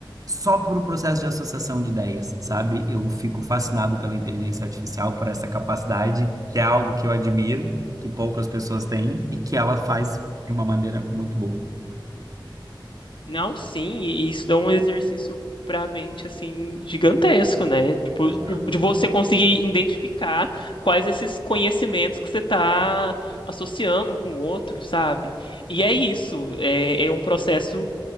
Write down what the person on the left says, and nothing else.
Não, sim, e isso dá um exercício pra mente, assim, gigantesco, né? Tipo,
de, de você conseguir identificar quais esses conhecimentos que você está associando um com o outro, sabe? E é isso, é, é um processo,